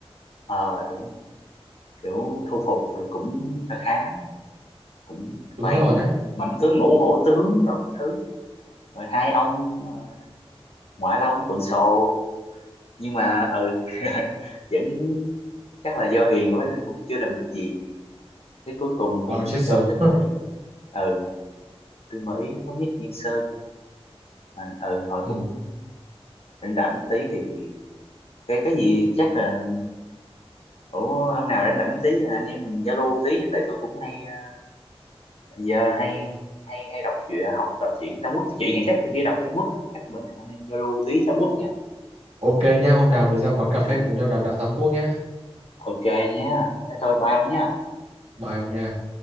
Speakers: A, on the left (about 70°); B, on the right (about 80°).
A: ờ, đúng kiểu thu phục rồi cũng khá khá cũng
B: đúng
A: toàn
B: rồi đấy
A: mãnh tướng ngũ hổ tướng đâu cái thứ rồi hai ông ờ, Ngoại Long Phượng Sồ nhưng mà ừ <laughs> vẫn chắc là do hiền quá nên cũng chưa làm được gì thế cuối cùng cũng
B: vào chết sớm
A: do Tư Mã Ý ừ Tư Mã Ý thống nhất Diên Sơn mà ừ
B: <laughs>
A: hồi cũng
B: ừ.
A: rảnh rảnh tí thì cái cái gì chắc là ủa hôm nào rảnh rảnh tí anh em mình giao lưu tí tại tôi cũng hay ờ, giờ hay hay hay đọc truyện học đọc truyện Trung Quốc chuyện thì chắc tôi chỉ đọc Trung Quốc thôi chắc bữa nào anh em giao lưu tí Trung Quốc nha
B: ok nhá hôm nào mình ra quán
A: ok
B: cà phê cùng nhau đàm đạo Tam Quốc nhá
A: ok nhé thế thôi bye ông nhé
B: bye ông nha